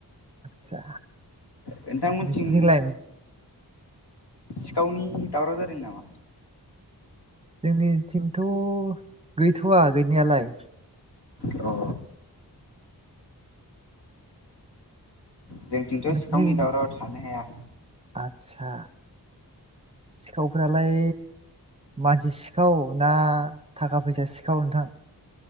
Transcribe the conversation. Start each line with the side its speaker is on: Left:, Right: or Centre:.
Right: सा
Left: नोंथांमोनथिं
Right: नोंसिनि लाइ
Left: सिखावनि दावराव जादों नामा?
Right: जोंनिथिंथ' गैथ'वा गैनायालाय
Left: अ जोंथिंथ'
Right: नोंसिनि
Left: सिखावनि दावरावआ थानो हाया
Right: आस्सा सिखावफोरालाय मानसि सिखाव ना थाखा फैसा सिखाव नोंथां?